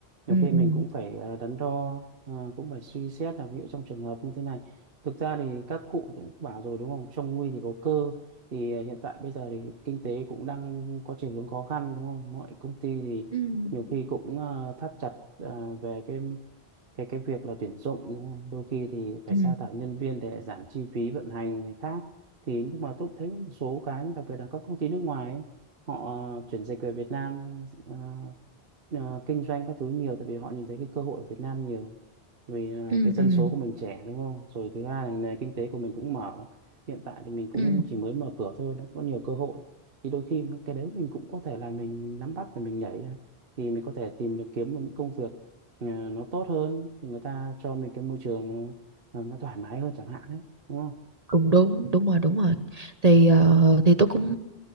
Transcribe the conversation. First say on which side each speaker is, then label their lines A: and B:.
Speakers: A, on the right; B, on the right.
A: nhiều
B: ừ
A: khi
B: ừ
A: mình cũng phải ờ, đắn đo ờ, cũng phải suy xét là ví dụ trong trường hợp như thế này thực ra thì các cụ cũng bảo rồi đúng không trong nguy thì có cơ thì ờ, hiện tại bây giờ thì kinh tế cũng đang có chiều hướng khó khăn đúng không mọi công ty thì
B: Ừ.
A: nhiều khi cũng ờ, thắt chặt ờ, về cái cái cái việc là tuyển dụng đúng không? đôi khi thì phải
B: ừ
A: sa thải nhân viên để giảm chi phí vận hành này khác thì nhưng mà tôi cũng thấy có một số cái đặc biệt là các công ty nước ngoài ấy, họ ờ, chuyển dịch về Việt Nam ờ, ờ, kinh doanh các thứ nhiều tại vì họ nhìn thấy cái cơ hội ở Việt Nam nhiều vì à,
B: ừ
A: cái dân
B: ừ
A: số của mình trẻ đúng không rồi thứ hai là nền kinh tế của mình cũng mở hiện tại thì mình cũng
B: ừ
A: chỉ mới mở cửa thôi nó có nhiều cơ hội thì đôi khi cái đấy mình cũng có thể là mình nắm bắt để mình nhảy ra thì mình có thể tìm được kiếm một những công việc à, nó tốt hơn thì người ta cho mình cái môi trường nó, à, nó thoải mái hơn chẳng hạn đấy đúng không
B: cũng đúng đúng rồi đúng rồi thì ờ, thì tôi cũng